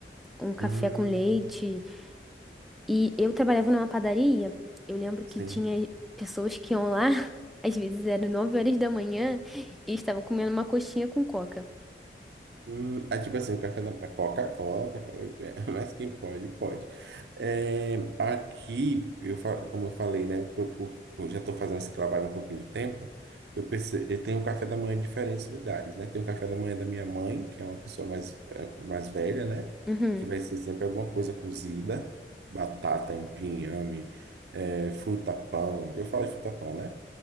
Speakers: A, in the centre; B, on the right (about 70°).
A: um café
B: Hum,
A: com leite. E eu trabalhava numa padaria. Eu lembro que
B: sim.
A: tinha pessoas que iam lá. <laughs> Às vezes eram nove horas da manhã e estavam comendo uma coxinha com coca.
B: Hum, ah, tipo assim, o café da a Coca-Cola, o café- <laughs> mas quem pode, pode. É, aqui, eu, fa- como eu falei, né? Eu, eu- eu já estou fazendo esse trabalho há um pouquinho de tempo. Eu, perce- eu tenho um café da manhã em diferentes lugares, né? Tem o café da manhã da minha mãe, que é uma pessoa mais, eh, mais velha, né?
A: Uhum.
B: Que vai ser sempre alguma coisa cozida, batata, empim, inhame, eh, fruta pão. Já falei fruta pão, né?